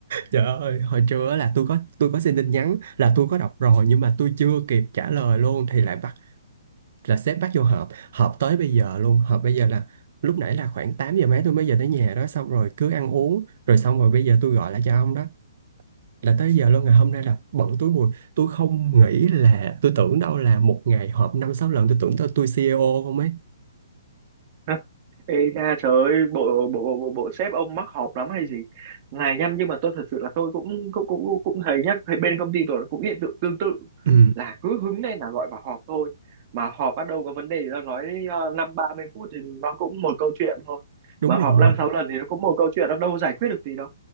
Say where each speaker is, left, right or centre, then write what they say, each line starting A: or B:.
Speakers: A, on the right; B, on the right.
A: trời ơi, hồi trưa á là tôi có tôi có xin tin nhắn là tôi có đọc rồi nhưng mà tôi chưa kịp trả lời luôn thì lại bắt là sếp bắt vô họp, họp tới bây giờ luôn, họp bây giờ là lúc nãy là khoảng 8 giờ mấy tôi mới về tới nhà đó xong rồi cứ ăn uống rồi xong rồi bây giờ tôi gọi lại cho ông đó là tới giờ luôn ngày hôm nay là bận túi bụi tôi không nghĩ là tôi tưởng đâu là một ngày họp năm sáu lần tôi tưởng tôi tôi CEO không ấy
B: <laughs> Ê nha trời ơi, bộ bộ bộ bộ sếp ông mắc họp lắm hay gì này nhăm nhưng mà tôi thật sự là tôi cũng cũng cũng cũng thấy nhá thấy bên công ty tôi cũng hiện tượng tương tự
A: ừ
B: là cứ hứng lên là gọi vào họp thôi mà họp bắt đầu có vấn đề thì nó nói ờ, năm ba mươi phút thì nó cũng một câu chuyện thôi
A: đúng
B: mà
A: rồi
B: họp năm sáu lần thì nó cũng một câu chuyện nó đâu giải quyết được gì đâu